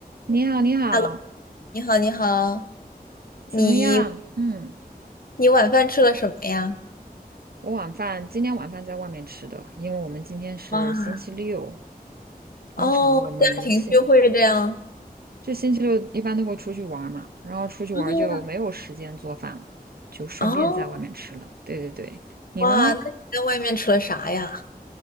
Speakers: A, on the right; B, on the left.
A: 你好，你好，
B: Hello，你好，你好，你
A: 怎么样？嗯，
B: 你晚饭吃了什么呀？
A: 我晚饭今天晚饭在外面吃的，因为我们今天是星期六，
B: 哇，哦，
A: 通常我们星
B: 家庭聚会这样。
A: 就星期六一般都会出去玩儿嘛，然后出去玩儿就没有时间做饭了，
B: 嗯，
A: 就顺便在外面吃了。
B: 哦，
A: 对对对，你呢？
B: 哇，那你在外面吃了啥呀？